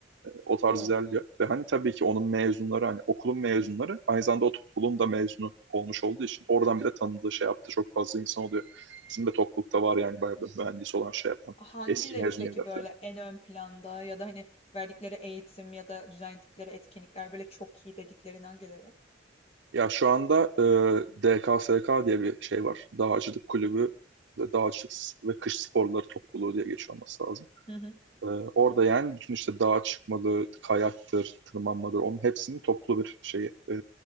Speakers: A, on the right (about 65°); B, on the left (about 35°).
A: o tarz
B: Oo.
A: ilerliyor. Ve hani tabii ki onun mezunları hani okulun mezunları aynı zamanda o okulun da mezunu olmuş olduğu için oradan bir de tanıdığı şey yaptı çok fazla insan oluyor. Bizim de toplulukta var yani bayağı bir mühendis olan şey yapan
B: Hangileri
A: eski mezun
B: peki
A: yerler
B: böyle
A: falan.
B: en ön planda ya da hani verdikleri eğitim ya da düzenledikleri etkinlikler böyle çok iyi dediklerin hangileri?
A: Ya şu anda e, DKSK diye bir şey var. Dağcılık kulübü ve dağcılık ve kış sporları topluluğu diye geçiyor olması lazım.
B: Hı
A: Ee, orada yani bütün işte dağa çıkmalı, kayaktır, tırmanmadır onun hepsinin toplu bir şey e,